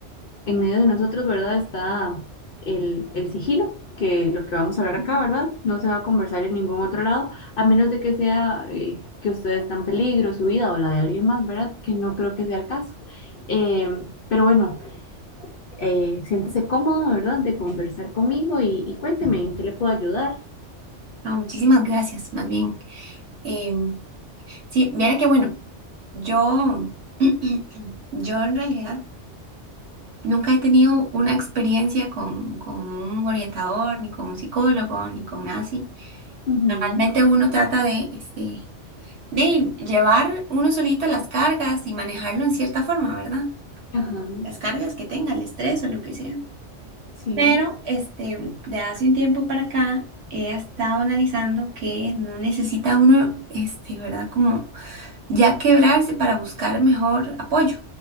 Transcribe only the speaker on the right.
Ujú.
No, muchísimas gracias, más bien. Em, sí, mira que bueno, yo, <clears throat> yo en realidad nunca he tenido una experiencia con, con un orientador, ni con un psicólogo, ni con nada así.
Normalmente uno trata de, este, de llevar uno solito las cargas y manejarlo en cierta forma, ¿verdad?
Las cargas que tenga, el estrés o lo que sea.
Pero este, de hace un tiempo para acá he estado analizando que no necesita uno, este, ¿verdad? Como ya quebrarse para buscar mejor apoyo.